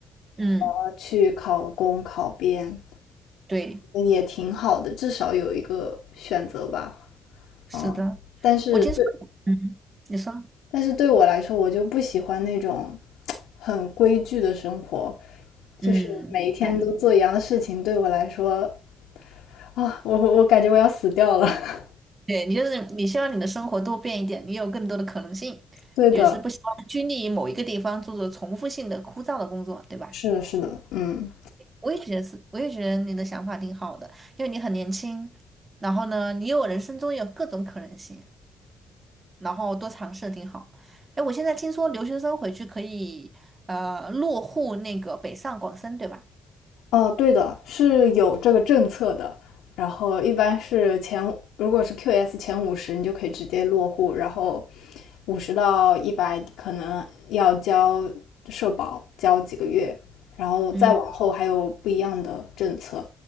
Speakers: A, on the right; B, on the left.
A: 嗯，
B: 呃，去考公考编，
A: 对。
B: 嗯也挺好的，至少有一个选择吧。
A: 是的，
B: 嗯，但是对，
A: 我听说，嗯，你说，
B: 但是对我来说，我就不喜欢那种很规矩的生活，就是每一天都做一样的事情，
A: 嗯，对，
B: 对我来说啊，我我感觉我要死掉了。<laughs>
A: 对，你就是你希望你的生活多变一点，你有更多的可能性，
B: 对的，
A: 也是不希望拘泥于某一个地方做着重复性的枯燥的工作，对吧？
B: 是的，是的，嗯，
A: 我也觉得是，我也觉得你的想法挺好的，因为你很年轻，然后呢，你有人生中有各种可能性，然后多尝试挺好。哎，我现在听说留学生回去可以呃落户那个北上广深，对吧？
B: 哦，对的，是有这个政策的。然后一般是前，如果是 QS 前五十，你就可以直接落户。然后五十到一百可能要交社保，交几个月。然后再往后还有不一样的政策，
A: 嗯